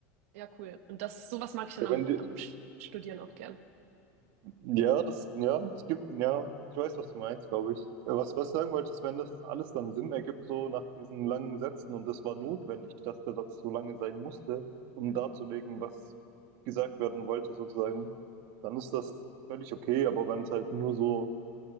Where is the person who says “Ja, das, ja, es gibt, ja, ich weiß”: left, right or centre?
Right